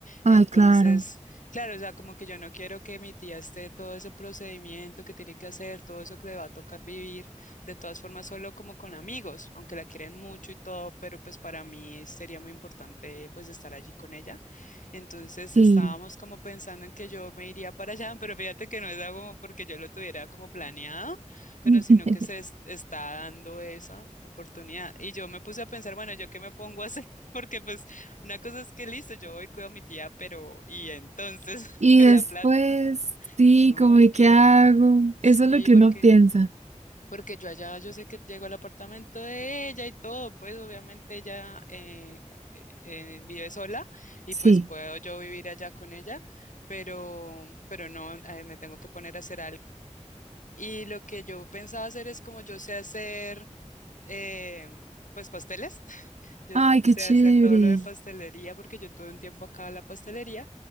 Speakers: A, on the right; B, on the left.
A: ay,
B: Entonces,
A: claro,
B: claro, o sea, como que yo no quiero que mi tía esté todo ese procedimiento que tiene que hacer, todo eso que le va a tocar vivir, de todas formas solo como con amigos, aunque la quieren mucho y todo, pero pues para mí sería muy importante pues estar allí con ella. Entonces
A: sí.
B: estábamos como pensando en que yo me iría para allá, pero fíjate que no es algo como porque yo lo tuviera como planeado pero
A: <laughs>
B: sino que se es- está dando esa oportunidad. Y yo me puse a pensar, bueno, ¿yo qué me pongo a hacer? <laughs> Porque pues una cosa es que listo, yo voy, cuido a mi tía, pero ¿y entonces <laughs>
A: Y
B: la
A: después,
B: plata?
A: sí,
B: No,
A: como
B: ¿y
A: de
B: qué?
A: qué hago.
B: Sí,
A: Eso es lo que
B: porque
A: uno piensa.
B: porque yo allá yo sé que llego al apartamento de ella y todo, pues obviamente ella eh, eh, eh, vive sola y
A: Sí.
B: pues puedo yo vivir allá con ella, pero pero no, eh, me tengo que poner a hacer algo. Y lo que yo pensaba hacer es como yo sé hacer eh, pues pasteles. <laughs> Yo
A: Ay, qué
B: sé
A: chévere.
B: hacer todo lo de pastelería porque yo tuve un tiempo acá en la pastelería.